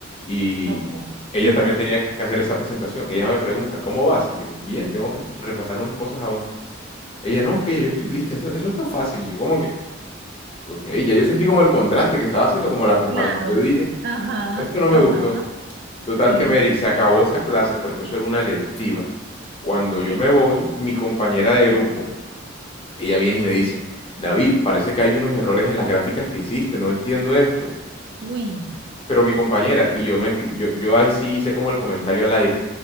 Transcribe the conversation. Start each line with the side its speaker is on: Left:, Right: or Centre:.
Left: Y
Right: Ok.
Left: ella
Right: ujú,
Left: también tenía que hacer esa presentación. Ella me pregunta, ¿cómo vas? Y yo, bien, tengo que repasar unas cosas aún. Ella, no, que ya yo estoy lista, esto- eso está fácil. Y yo, cómo que? Ok, ya yo sentí como el contraste que estaba haciendo, como la comparación.
Right: Claro.
Left: Yo dije,
Right: Ajá,
Left: esto no
Right: ajá.
Left: me gustó. Total
Right: Sí,
Left: que Mary, se acabó esa clase porque eso era una electiva. Cuando
Right: ok.
Left: yo me voy, mi compañera de grupo, ella viene y me dice, David, parece que hay unos errores en las gráficas que hiciste, no entiendo esto.
Right: Uy.
Left: Pero mi compañera, y yo, me, yo, yo ahí sí hice como el comentario al aire,